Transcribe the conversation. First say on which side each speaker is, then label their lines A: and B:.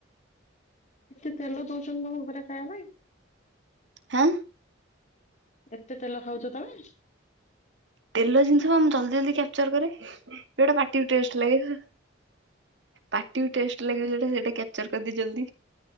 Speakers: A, on the left; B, on the right.
A: ଏତେ ତେଲ ଦଉଛନ୍ତି ତମ ଘରେ ଖାଇବା ପାଇଁ।
B: ହାଁ
A: ଏତେ ତେଲ ଖାଉଛ ତମେ।
B: ତେଲ ଜିନିଷ ଜଲଦି ଜଲଦି କ୍ୟାପଚର କରେ ସେଇଟା ପାଟି କୁ ଟେଷ୍ଟ ଲାଗେ। ପାଟିକୁ ଟେଷ୍ଟ ଲାଗିବ ଯଉଟା ସେଇଟା କ୍ୟାପଚର କରିଦିଏ ଜଲଦି।